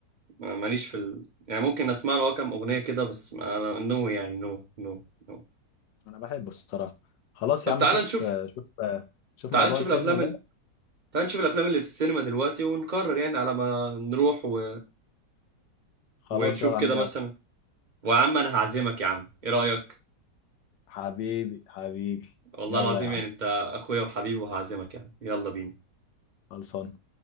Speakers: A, on the right (about 45°); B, on the left (about 85°).
A: ماليش في ال يعني ممكن اسمع له كام اغنيه كده بس انا نو يعني نو نو نو
B: انا بحبه الصراحه خلاص
A: طب
B: يا عم
A: تعالى
B: شوف
A: نشوف
B: شوف شوف
A: تعال
B: موضوع
A: نشوف
B: الفيلم
A: الافلام
B: ده
A: ال... تعال نشوف الافلام اللي في السينما دلوقتي ونقرر يعني على ما نروح و...
B: خلاص
A: ونشوف
B: يلا يا
A: كده
B: عم يلا
A: مثلا ويا عم انا هعزمك يا عم ايه رايك
B: حبيبي حبيبي
A: والله
B: يلا
A: العظيم
B: يا عم
A: يعني انت اخويا وحبيبي وهعزمك يا عم يلا بينا
B: خلصان